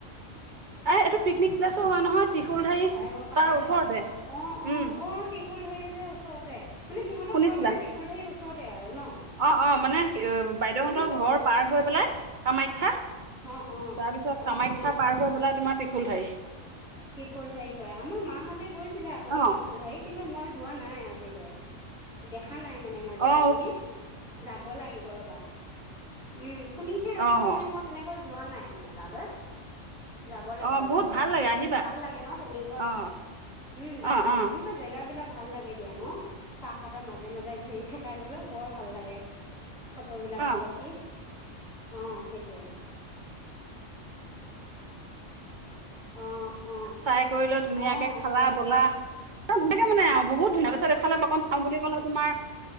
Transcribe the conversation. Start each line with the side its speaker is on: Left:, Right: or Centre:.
Right: এ এইটো পিকনিক প্াছো হয় নহয় ত্ৰিশুলধাৰী
Centre: চাই পাৰা
Right: তাৰ ওচৰতে
Centre: অ
Right: উম
Centre: অ অ টিশুল াই যে ওচৰতে মানে সিহঁতৰ
Right: শুনিছিলা
Centre: ঘৰ মান তেেখুল াৰ ওচৰতে আৰু ন
Right: অ অ মানে বাইদেউহঁতৰ
Centre: শুনিছো শুনিছো
Right: ঘৰ পাৰ হৈ পেলাই কামাখ্যা তাৰপিছত
Centre: অ অ অ
Right: কামাখ্যা
Centre: অ
Right: পাৰ হৈ বেললে তোমাৰ ত্ৰিশুল ঠাৰি
Centre: ত্ৰিশুল ঢাৰি পাই আমাৰ মাহঁতে গৈছিলে আগতে
Right: অ
Centre: টিশুলধাৰী কিন্তু মই যোৱা নাই আজিলৈ দেখা নাই মানে মই জেগা
Right: অ
Centre: খিনি যাব লাগিব ৰ'বা উম শুনিহে
Right: অ
Centre: আছো
Right: অ
Centre: কিন্তু মই তেনেকৈ যোৱা নাই মানে তালৈ যাব লাগিব
Right: অ বহুত
Centre: যাব
Right: ভাল
Centre: লাগিব
Right: লাগে আহিবা
Centre: ভাল লাগে ন তেনেকুৱা
Right: অ
Centre: উম যাম
Right: অ
Centre: যাম
Right: অ
Centre: তেনেকুৱা জেগা বিলাক ভাল লাগে দিয়া ন চাহপাতৰ মাজে মাজে ঘূৰি থাকাই বলৈ বৰ ভাল লাগে ফটো বিলাকো
Right: অ
Centre: উঠি অ সেইটোৱে অ অ
Right: চাই কৰিলেৈ ধুনীয়াকে
Centre: অ
Right: খালা
Centre: হয় আকৌ
Right: বলা ত সনেকে মানে আৰু বহুত ধনীয়া পছতফালেকন চওঁ বুলি কলে তমাৰ